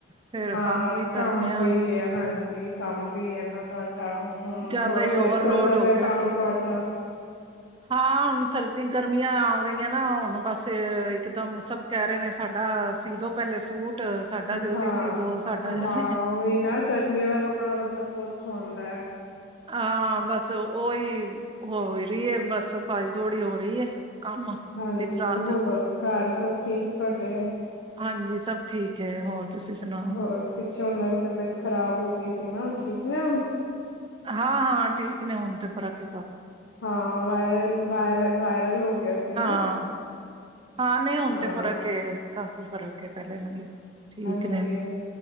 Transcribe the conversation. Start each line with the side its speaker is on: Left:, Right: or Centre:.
Right: ਫਿਰ
Left: ਹਾਂ,
Right: ਕੰਮ ਵੀ ਕਰਦੇ ਹ
Left: ਵੀ ਹੈ, ਹਾਂਜੀ ਕੰਮ ਵੀ ਹੈ ਨਾ ਤੁਹਾਡਾ ਹਮ
Right: ਜ਼ਿਆਦਾ
Left: ਹੋਰ
Right: ਹੀ
Left: ਸਹੀ
Right: ਓਵਰਲੋਡ
Left: ਚੱਲਦਾ
Right: ਹੋ
Left: ਪਿਆ
Right: ਗਿਆ
Left: ਕੰਮ ਤੁਹਾਡਾ
Right: ਹਾਂ ਹੁਣ ਸਰਦੀ ਗਰਮੀਆਂ ਆ ਗਈਆਂ ਨਾ ਹੁਣ ਬਸ ਇੱਕਦਮ ਸਭ ਕਹਿ ਰਹੇ ਨੇ ਸਾਡਾ ਸੀ ਦੋ ਪਹਿਲੇ ਸੂਟ ਸਾਡਾ ਜਲਦੀ
Left: ਹਾਂ
Right: ਸੀ ਦੋ ਸਾਡਾ
Left: ਹਾਂ
Right: ਜਲਦੀ
Left: ਉਹੀ ਨਾ ਗਰਮੀਆਂ ਦਾ ਕੱਪੜਾ ਬੰਦਾ ਬਹੁਤ ਸਆਦਾ ਹੈ
Right: ਹਾਂ ਬਸ ਉਹੀ ਹੋ ਹੀ ਰਹੀ ਹੈ ਬਸ ਭਜੀ ਦੌੜੀ ਹੋ ਰਹੀ ਹੈ ਕੰਮ
Left: ਹਾਂਜੀ
Right: ਦਿਨ ਰਾਤ
Left: ਹੋਰ ਘਰ ਸਭ ਠੀਕ ਤੁਹਾਡੇ
Right: ਹਾਂਜੀ ਸਭ ਠੀਕ ਹੈ ਹੋਰ ਤੁਸੀਂ ਸੁਣਾਓ
Left: ਹੋਰ ਪਿੱਛੇ ਉਹਨਾਂ ਦੀ ਤਬੀਅਤ ਖ਼ਰਾਬ ਹੋ ਗਈ ਸੀ ਸਿੰਘ ਨਾ ਠੀਕ ਨੇ
Right: ਹਾਂ ਹਾਂ ਠੀਕ ਨੇ ਹੁਣ ਤੇ ਫਰਕ
Left: ਹਾਂ ਵਾਇਰਲ ਵਾਇਰਲ ਵਾਇਰਲ ਹੋ ਗਿਆ ਸੀ ਨਾ
Right: ਹਾਂ ਹਾਂ ਨਹੀਂ ਹੁਣ
Left: ਹਾਂ
Right: ਤੇ ਫ਼ਰਕ ਹੈ ਕਾਫ਼ੀ ਫ਼ਰਕ ਹੈ ਪਹਿਲੇ ਨਾਲੋਂ ਠੀਕ
Left: ਹਾਂਜੀ
Right: ਨੇ
Left: ਹ